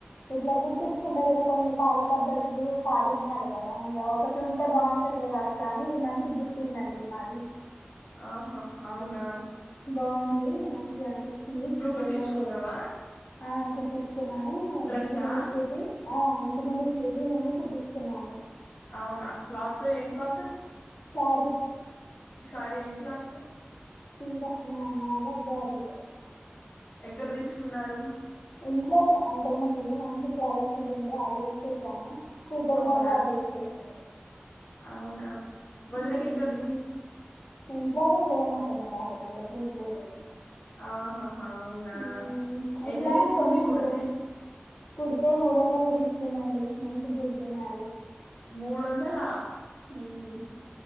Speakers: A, on the left; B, on the left.
A: ఇట్లా కుటీంచుకుంటే గూడా కొన్ని పాద పద్ధతులు పాటించాలే గదా. ఇంగా ఒకటి ఉంటే బావుంట్ టాది గాదా అట్లా అని మంచి గుట్టిందండి. మాది
B: ఆహా అవునా
A: బావుంది. మంచిగా అనిపించింది శృతోదిన
B: నువ్వు కుట్టించుకున్నావా
A: గూడా ఆ కుట్టించ్ కున్నాను.
B: డ్రెస్సా
A: ఇంటి ముందు శ్రృతి ఆ ఇంటి ముందు శ్రృతి నేను కుట్టించుకున్నాము.
B: అవునా ఆ క్లాత్ ఏం క్లాతూ
A: సారీ
B: ఈ సారే ఏం క్లాత్
A: చీర మా నర్మల్ జాకెట్టు
B: ఎక్కడ తీసుకున్నారు?
A: ఇంట్లోదే అంతక్ ముందుది. మంచి ఫ్లవర్స్ ది ఉండే అదే ఇచ్చేసాను. శృతోదిన
B: అవునా
A: గూడా అదే ఇచ్చేసింది.
B: అవునా వదిన
A: ఉమ్,
B: కేక్కడ్ది
A: ఇంట్లోనే చేయమత్తమ్మా బాపతి. పూలు పూలు ఉంది.
B: ఆహాహా అవునా
A: ఉమ్,
B: ఎంత
A: ఇట్లా
B: తీసుకుంది
A: కొనద్దు
B: కుడితే.
A: కుడితే మూడు వందలే తీసుకుందండి. మంచిగ్ గుడుతున్నారు.
B: మూడొందల?
A: ఉమ్